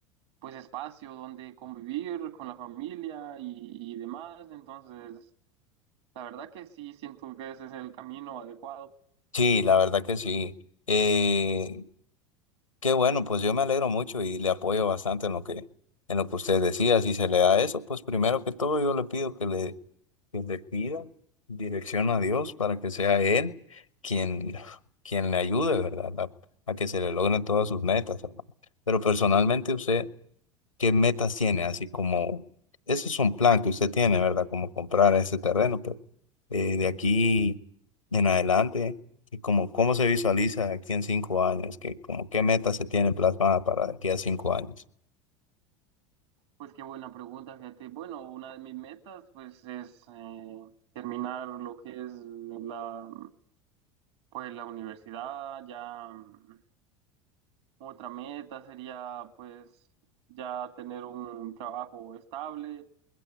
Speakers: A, on the right; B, on the left.
A: pues espacio donde convivir con la familia y, y demás. Entonces, la verdad que sí siento que ese es el camino adecuado.
B: Sí, la verdad que sí. Eh, qué bueno, pues yo me alegro mucho y le apoyo bastante en lo que, en lo que usted decía. Si se le da eso, pues primero que todo yo le pido que le que le pida dirección a Dios para que sea Él quien, quien le ayude, ¿verdad? A, a que se le logren todas sus metas, hermano. Pero personalmente usted, ¿qué metas tiene? Así como, ese es un plan que usted tiene, ¿verdad? Como comprar ese terreno, pero eh, de aquí en adelante, ¿y como, cómo se visualiza aquí en cinco años? ¿Qué, como, qué metas se tiene plasmada para de aquí a cinco años?
A: Pues qué buena pregunta, fíjate. Bueno, una de mis metas, pues, es eh, terminar lo que es la, pues, la universidad. Ya mm, otra meta sería, pues, ya tener un trabajo estable,